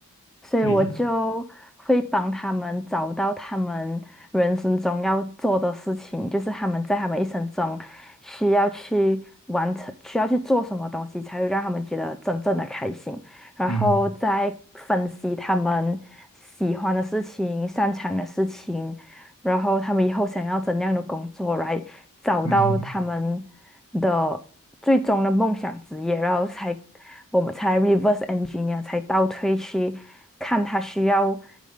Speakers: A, in the centre; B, on the left (about 60°).
A: 所以我就会帮他们找到他们人生中要做的事情，
B: 对的。
A: 就是他们在他们一生中需要去完成、需要去做什么东西，才会让他们觉得真正的开心。然后再分析他们喜欢的事情、
B: 嗯
A: 擅长的事情，然后他们以后想要怎样的工作来找到他们
B: 嗯
A: 的最终的梦想职业，然后才我们才 reverse engineer 才倒推去看他需要